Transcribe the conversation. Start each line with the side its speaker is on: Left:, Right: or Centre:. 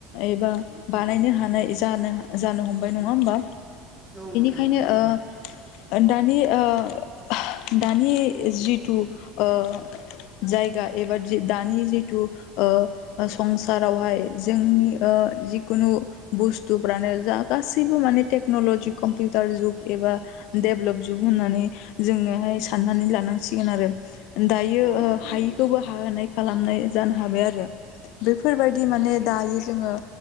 Left: एबा बानायनो हानाय जानो जानो हमबाय नङा होमबा।
Centre: औ नोंथां।
Left: ओंखायनो
Centre: नंगौ नंगौ
Left: ओ दानि ओ दानि जिथु ओ जायगा एबा दानि जिथु ओ संसारावहाय जोंनि जि खुनु बुस्थुफ्रानो जा गासैबो माने टेक्न'लजि कम्पिउ टार जुग एबा डेभेलप जुग होननानै जोङोहाय साननानै लानांसिगोन आरो। दायो
Centre: औ नोंथां
Left: हायिखौबो
Centre: नंगौ
Left: हानाय खालामनाय जानो हाबाय आरो। बेफोरबायदि दि माने
Centre: औ नोंथां
Left: दायो जोङो